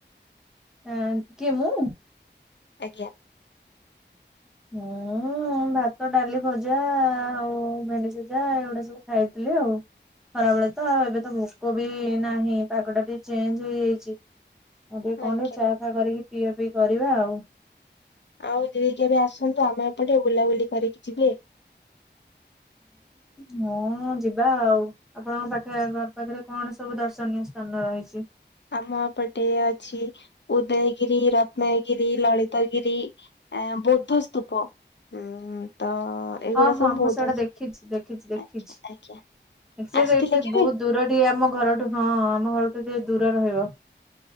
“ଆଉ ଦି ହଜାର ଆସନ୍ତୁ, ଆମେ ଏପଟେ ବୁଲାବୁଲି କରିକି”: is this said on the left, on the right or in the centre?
Left